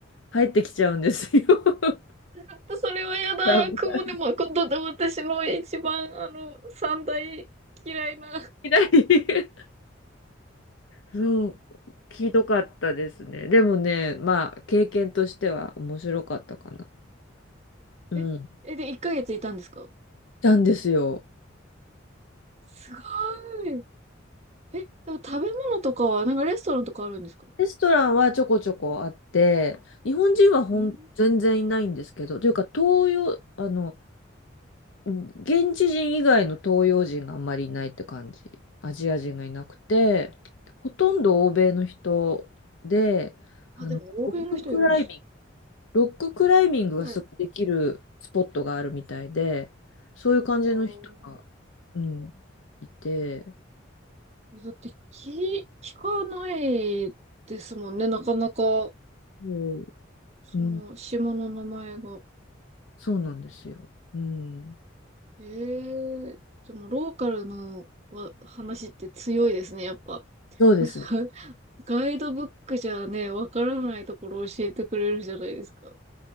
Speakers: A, on the left; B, on the right.
A: 入ってきちゃうんですよ。<laughs>
B: ちょっとそれは嫌だ。
A: 危
B: 雲でも、今度私の一番、あの、三大嫌いな
A: ない。そう、ひどかったですね。でもね、まあ、経験としては面白かったかな。うん。
B: え、え、で、1ヶ月いたんですか
A: なんですよ。
B: すごーい。え、でも食べ物とかは、なんかレストランとかあるんですか
A: レストランはちょこちょこあって、日本人はほん全然いないんですけど、
B: うん。
A: というか、東洋、あの、うん現地人以外の東洋人があんまりいないって感じ。アジア人がいなくて、ほとんど欧米の人で、あの、
B: あ、でも欧米の人いるんです。
A: ロッククライミングロッククライミングがすごいできるスポットがあるみたいで、
B: はい。
A: そういう感じの人が、
B: あー
A: うん、いて、
B: だって聞、聞かないですもんね、なかなか、
A: そう
B: その島の名前が。
A: うん、そうなんですよ。うん、
B: ええでもローカルのわ話って強いですね、やっぱ。
A: そうですね。
B: <laughs> ガイドブックじゃね、わからないところ教えてくれるじゃないですか。